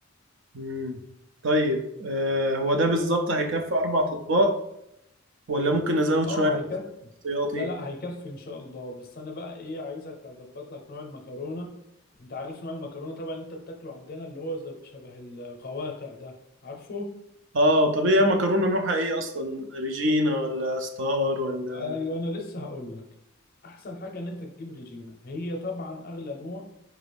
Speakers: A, on the right; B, on the left.
A: مم. طيب آه هو ده بالظبط هيكفي أربع أطباق ولا ممكن أزود
B: اه
A: شوية
B: هيكفي
A: احتياطي؟
B: لا لا هيكفي ان شاء الله بس انا بقى ايه عايزك اظبط لك نوع المكرونة انت عارف نوع المكرونة طبعا اللي انت بتاكله عندنا اللي هو زب- شبه القواقع ده عارفه
A: اه طب ايه مكرونه نوعها ايه اصلا ريجينا ولا ستار ولا
B: ايوه انا لسه هقول لك احسن حاجة ان انت تجيب ريجينا هي طبعا اغلى نوع